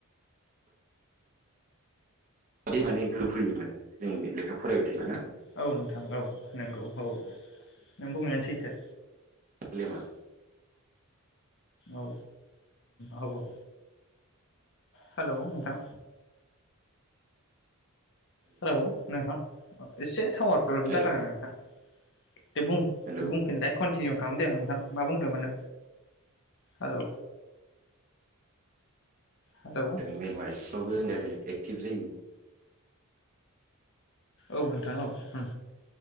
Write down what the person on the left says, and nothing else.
औ नोंथां औ नंगौ औ नों बुंनायानो सैथो।
औ औ औ हेलौ नोंथां हेलौ नोंथां एसे टावार प्रब्लेम
जादों आंना नोंथां दे बु
बुंफिनलाय खन टिनिउ खालामदों नोंथां मा बुंदोंमोन नो हेलौ हेलौ
औ नोंथा औ उम